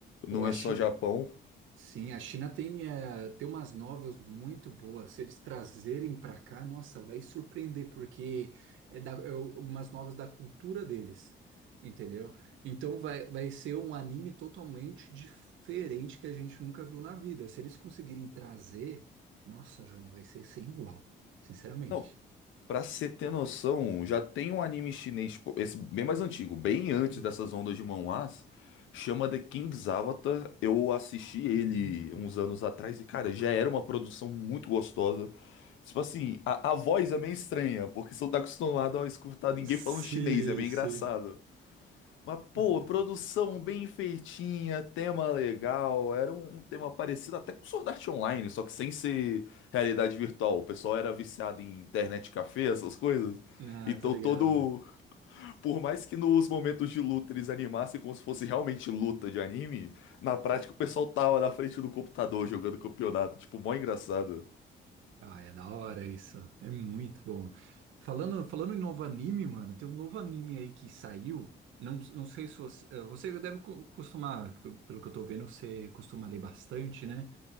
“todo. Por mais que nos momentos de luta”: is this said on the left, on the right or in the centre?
Left